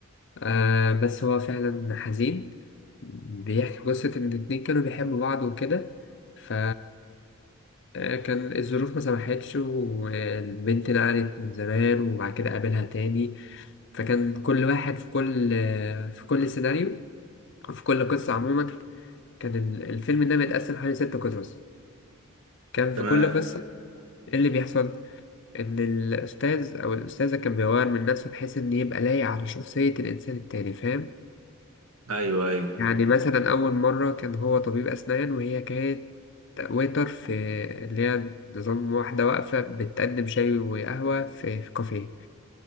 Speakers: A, on the left; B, on the right.
A: آه بس هو فعلا حزين بيحكي قصة إن الاتنين كانوا بيحبوا بعض وكده ف آه، كان الظروف ما سمحتش والبنت نقلت من زمان وبعد كده قابلها تاني فكان كل واحد في كل في كل سيناريو في كل قصة عموما كان ال- الفيلم ده متقسم حوالي ست قصص كان في
B: تمام
A: كل قصة إيه اللي بيحصل إن الأستاذ أو الأستاذة كان بيغير من نفسه بحيث إن يبقى لايق على شخصية الإنسان التاني فاهم
B: ايوه ايوه
A: يعني مثلا أول مرة كان هو طبيب أسنان وهي كانت ويتر في اللي هي نظام واحدة واقفة بتقدم شاي وقهوة في في كافيه